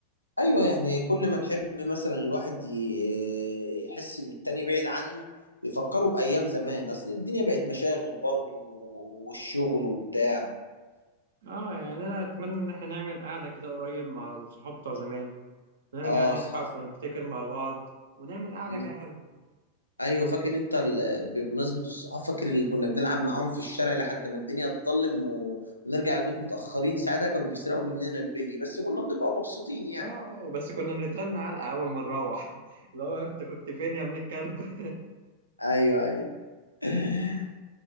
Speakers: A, on the left; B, on the right.
A: ايوه يعني كل ما نحب مثلا الواحد ي- يحس ان التاني بعيد عنه يفكروا بأيام زمان اصل الدنيا بقت مشاغل برضه والشغل وبتاع
B: اه يعني انا اتمنى ان احنا نعمل قعدة كده قريب مع الصحاب بتوع زمان نرجع
A: اه
B: نضحك
A: اصحاب
B: ونفتكر مع بعض ونعمل قعدة
A: مم.
B: كده حلوة
A: ايوه فاكر انت ال... بمناسبه الصحاب فاكر اللي كنا بنلعب معاهم في الشارع لحد ما الدنيا تظلم و... ونرجع البيت متاخرين ساعتها كانوا بيسرقوا مننا البلي بس كنا بنبقى مبسوطين يعني
B: اه بس كنا بنترن علقة أول ما نروح <laughs> لو أنت كنت فين يا ابن الكلب <laughs>
A: ايوه ايوه <laughs>